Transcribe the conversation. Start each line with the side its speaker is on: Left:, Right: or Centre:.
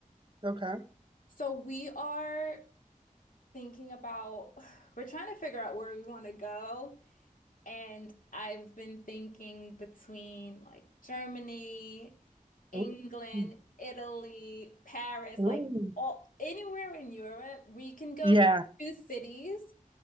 Right: Okay.
Left: So, we are thinking about, <sighs> we're trying to figure out where we want to go. And I've been thinking between like Germany, England,
Right: Ooh. Mm.
Left: Italy, Paris,
Right: Ooh.
Left: like all anywhere in Europe, we can go
Right: Yeah.
Left: to cities.